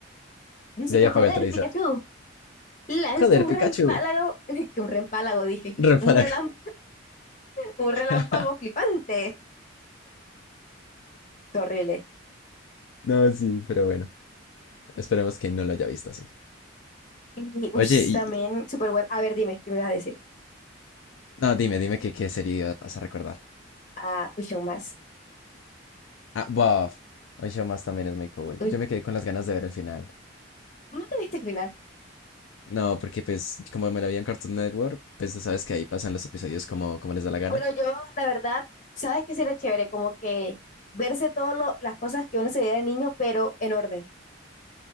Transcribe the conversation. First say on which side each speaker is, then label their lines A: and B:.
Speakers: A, on the left; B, on the left.
A: Dice
B: ya
A: que
B: ya
A: joder,
B: pago el televisor.
A: Pikachu, lanza
B: Joder,
A: un
B: Pikachu,
A: reempálago, <laughs> que un reempálago dije,
B: ven
A: un
B: para
A: relam
B: acá.
A: un relámpago
B: <laughs>
A: flipante. Qué horrible.
B: No, sí, pero bueno, esperemos que no lo haya visto así.
A: Y uy,
B: Oye, y
A: también súper bueno. A ver, dime, ¿qué me vas a decir?
B: no, dime, dime qué, qué serie vas a recordar.
A: Ah, uy, aún más.
B: Ah, Buff. Un show más también es muy cool.
A: Uy,
B: Yo me quedé con las ganas de ver el final.
A: ¿tú no te viste el final?
B: No, porque pues como me lo vi en Cartoon Network, pues tú sabes que ahí pasan los episodios como,
A: Sí.
B: como les da la gana.
A: Bueno, yo, la verdad, ¿sabes qué sería chévere? Como que verse todas las cosas que uno se veía de niño, pero en orden.